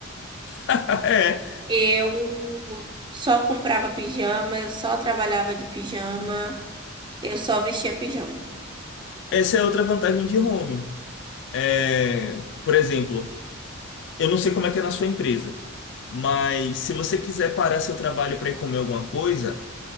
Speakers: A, on the left; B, on the right.
A: <laughs> É,
B: Eu só comprava pijama, eu só trabalhava de pijama, eu só vestia pijama.
A: essa é outra vantagem de home. É, por exemplo, eu não sei como é que é na sua empresa, mas se você quiser parar seu trabalho para ir comer alguma coisa,